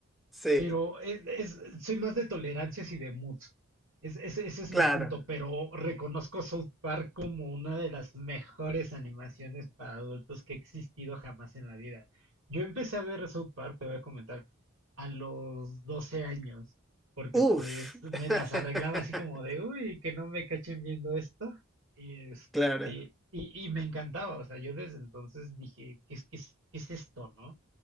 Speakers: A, in the centre; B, on the right.
A: sí,
B: Pero es, es- soy más de tolerancias y de mood. Es- ese, ese es
A: claro.
B: mi punto, pero reconozco South Park como una de las mejores animaciones para adultos que ha existido jamás en la vida. Yo empecé a ver South Park, te voy a comentar, a los 12 años, porque
A: Uf.
B: pues me
A: <laughs>
B: las arreglaba así como de, uy, que no me cachen viendo esto. Y, este,
A: Claro,
B: y, y me encantaba, o sea, yo desde entonces dije, ¿qué es, qué es, qué es esto, no?